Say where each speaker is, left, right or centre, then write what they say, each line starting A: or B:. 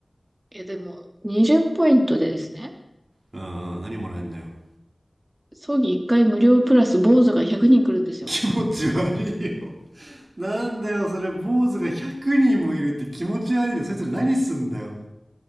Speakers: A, on the right (about 25°); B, on the right (about 50°).
A: え、でも、20ポイントでですね、
B: うんうん、何もらえんのよ。
A: 葬儀1回無料プラス坊主が100人来るんですよ。
B: 気持ち悪いよ。なんだよ、それ、坊主が100人もいるって気持ち悪いよ。そいつら何すんだよ。